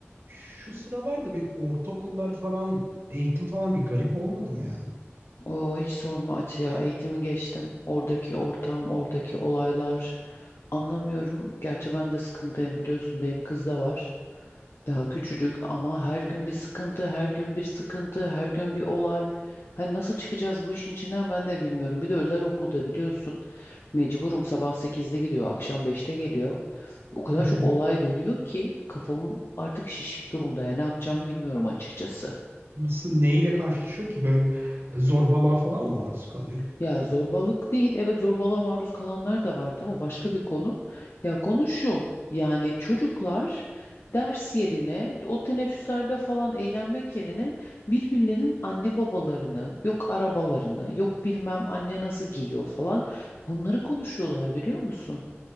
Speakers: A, on the right (about 60°); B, on the left (about 65°).
A: Şu sıralarda bir ortaokullar falan eğitim falan bir garip olmadı mı ya?
B: O hiç sorma Ati ya. Eğitimi geçtim. Oradaki ortam, oradaki olaylar. Anlamıyorum. Gerçi ben de sıkıntıyım biliyorsun. Benim kız da var. Daha küçücük ama her gün bir sıkıntı, her gün bir sıkıntı, her gün bir olay. Hani nasıl çıkacağız bu işin içinden ben de bilmiyorum. Bir de özel okulda biliyorsun. Mecburum sabah sekizde gidiyor, akşam beşte geliyor. O kadar
A: Hı hı.
B: çok olay dönüyor ki kafam artık şişik durumda. Yani ne yapacağımı bilmiyorum açıkçası.
A: Nasıl neyle karşılaşıyor ki böyle e, zorbalığa falan mı maruz kalıyor?
B: Ya zorbalık değil, evet zorbalığa maruz kalanlar da vardı. O başka bir konu. Ya konu şu, yani çocuklar ders yerine, o teneffüslerde falan eğlenmek yerine birbirlerinin anne babalarını, yok arabalarını, yok bilmem anne nasıl giyiyor falan bunları konuşuyorlar biliyor musun?